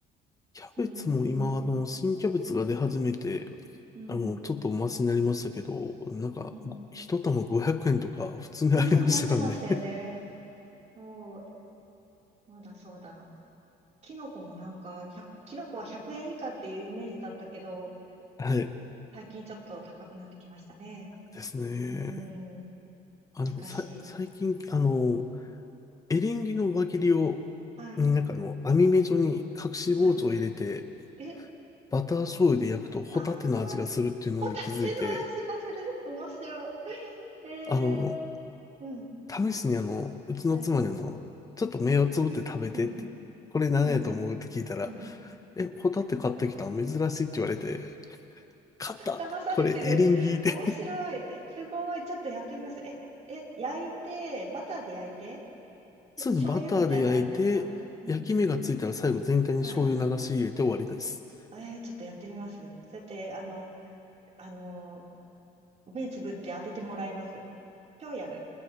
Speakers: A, on the left; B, on the right.
A: キャベツも今あの、
B: うーん、
A: 新キャベツが出始めて、
B: うん、
A: あの、ちょっとお待ちになりましたけど、なんか、
B: うん、
A: ご一玉500円とか普通にありましたからね。
B: <laughs> うん、なってましたよね。そう、そうだそうだ。キノコもなんか、1キノコは100円以下っていうイメージだったけど、
A: <laughs> はい。
B: 最近ちょっと高くなってきましたね。
A: ですね。
B: うーん、
A: あ、
B: 難しい。
A: でもさ、最近、あの、エリンギの輪切りを、
B: はい、
A: になんかあの、網目状に隠し包丁を入れて、
B: はい。え、
A: バター醤油で焼くとホタテの味がするっていうのに気づいて、
B: あー、<laughs> ホタテの味がするね。面白い。<laughs> え
A: あの、
B: ー、うん、
A: 試しにあの、うちの妻にあの、
B: はい、
A: ちょっと目をつぶって食べてって、
B: うん、
A: これ何やと思うって聞いたら、
B: うん。うん
A: え、ホタテ買ってきたの珍しいって言われて、勝った。
B: 騙されてる。
A: これ、エリンギで。
B: 面白い。すごい。ちょっとやってみます。え、え、焼いて、バターで焼いて、で醤油みたいなあれですかうん。
A: そうですね、バターで焼いて、焼き目がついたら最後全体に醤油流し入れて終わりです。
B: はい。えー、ちょっとやってみます。そうやって、あの、あの、目つぶって当ててもらいます。今日やる。